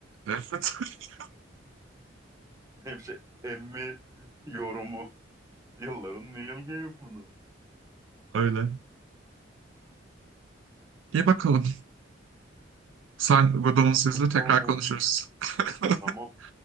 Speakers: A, on the right; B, on the right.
A: Evet. <laughs>
B: Hep şey Emmy yorumu. Yılların Neil Gaiman'ı.
A: Öyle. İyi bakalım. Sen Godomusuz'la
B: Çok
A: tekrar
B: doğal ya.
A: konuşuruz. <laughs>
B: Tamam.